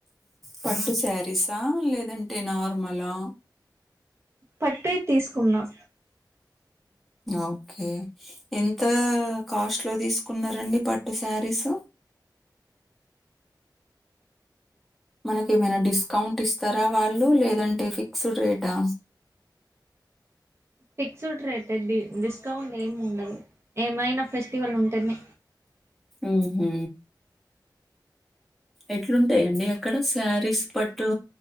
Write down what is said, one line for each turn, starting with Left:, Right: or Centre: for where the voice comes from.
Centre: పట్టు శారీసా లేదంటే నార్మలా
Right: పట్టయి తీసుకున్నాం
Centre: ఓకే ఎంత కాస్ట్ లో తీసుకున్నండి పట్టు శారీస్ మనకేమైనా డిస్కౌంట్ ఇస్తారా వాళ్ళు లేదంటే ఫిక్స్డ్ రేటా
Right: ఫిక్స్డ్ రేట్ది డి డిస్కౌంట్ ఏమి ఉండదు ఏమైనా ఫెస్టివల్ ఉంటేనే
Centre: ఉహు ఎట్లుంటాయండి అక్కడ సారీస్ పట్టు